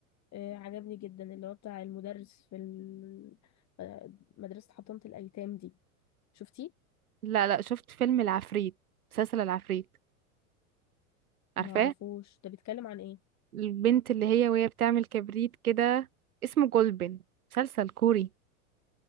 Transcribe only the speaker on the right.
لا لا شفت فيلم العفريت مسلسل العفريت عارفاه
البنت اللي هي وهي بتعمل كبريت كده اسمه جولبن مسلسل كوري